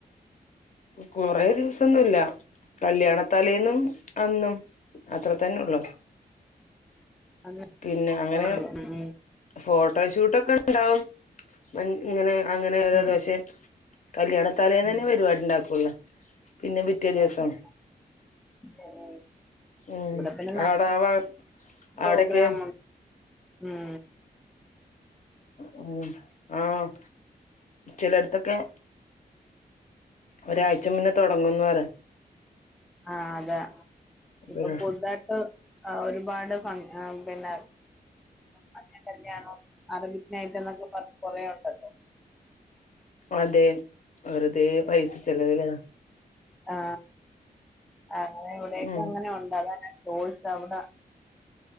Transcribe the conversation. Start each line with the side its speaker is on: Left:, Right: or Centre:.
Left: കുറേ ദിവസന്നുല്ലകല്യാണത്തലേന്നും അന്നും അത്ര തന്നെ ഒള്ളൂ
Centre: അന്ന്
Left: പിന്നെ അങ്ങനെ
Centre: ഉള്ളു ഉം
Left: ഫോട്ടോഷൂട്ടൊക്കെ ഉണ്ടാവും ഇങ്ങനെ അങ്ങനെ
Centre: ഉം
Left: ദശെ കല്യാണത്തലേന്നന്നെ
Centre: ഉം.
Left: പരിപാടി ഉണ്ടാക്കൊ ള്ളൂ പിന്നെ പിറ്റേ ദിവസം
Centre: ഉള്ളു <inaudible>
Left: ഉം
Centre: ഇവിടെ പിന്നെ
Left: അവിടെ
Centre: <unintelligible>
Left: ആ ഭാഗ
Centre: പ്രോഗ്രാ
Left: അവിടെക്കെ
Centre: മും ഉം
Left: ഉമ് ആഹ് ചിലട് ത്തക്കെ ഒരാഴ്ച മുന്നേ തുടങ്ങന്ന് പറ..
Centre: ആഹ് അതെ ഇപ്പൊ
Left: ഒരു
Centre: പുത് തായിട്ട് എ ഒരുപാട് ഫങ് ആ പിന്നെ മഞ്ഞ കല്യാണം അറബിക് നൈറ്റ് എന്നൊക്കെ പറഞ്ഞ കുറേ ഉണ്ടല്ലോ
Left: അതെ വെറുതെ പൈസ ചെലവില
Centre: ആ അങ്ങനെ ഇവിടെക്കെ
Left: ഉം
Centre: അങ്ങനെ ഉണ്ട് അത ഞാൻ ചോ.. ചോദിച്ച അവിടെ